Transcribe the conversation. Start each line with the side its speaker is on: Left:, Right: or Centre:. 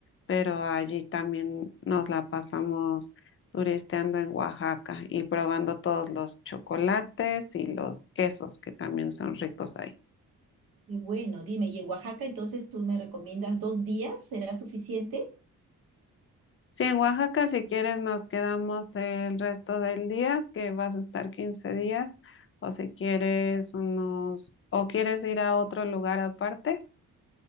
Left: pero allí también nos la pasamos turisteando en Oaxaca y probando todos los chocolates y los quesos que también son ricos ahí.
Right: qué Bueno, dime, ¿y en Oaxaca entonces tú me recomiendas dos días? ¿Será suficiente?
Left: Sí, en Oaxaca, si quieres, nos quedamos el resto del día, que vas a estar 15 días, o si quieres unos, o quieres ir a otro lugar aparte.